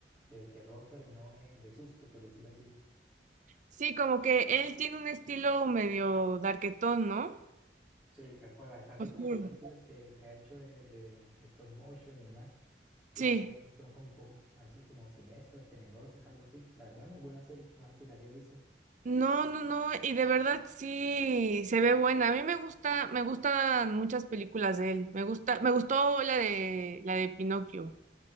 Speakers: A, in the centre; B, on the right.
A: de terror, pero no de, de susto, por decirlo así.
B: Sí, como que él tiene un estilo medio darketón, ¿no?
A: Sí, tal cual, a- así
B: Oscuro.
A: como las películas que, que ha hecho de, de stop motion y demás, que
B: Sí.
A: son como un poco así como siniestras, tenebrosas, algo así. La verdad, muy buena serie, no sé si la hayas visto.
B: No, no, no, y de verdad sí se ve buena. A mí me gusta, me gustan muchas películas de él. Me gusta, me gustó la de la de Pinocchio.